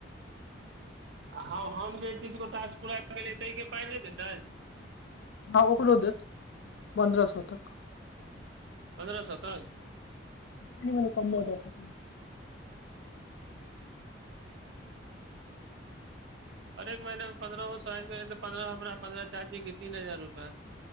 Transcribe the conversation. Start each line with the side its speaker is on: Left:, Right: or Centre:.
Right: आ हँ हम जे तीस गोटा से ताजपूर आयिब गेलै ताहिके पाइ नय देतै
Left: हँ ओकरो देत पन्द्रह सए तक
Right: पन्द्रह सए तक
Left: कनि मनी कमबो दैत
Right: हर एक महीनामे पन्द्रहहो सए आबि गेलै तऽ पन्द्रहहो हमरा पन्द्रह चाचीके तीन हजार रुपैआ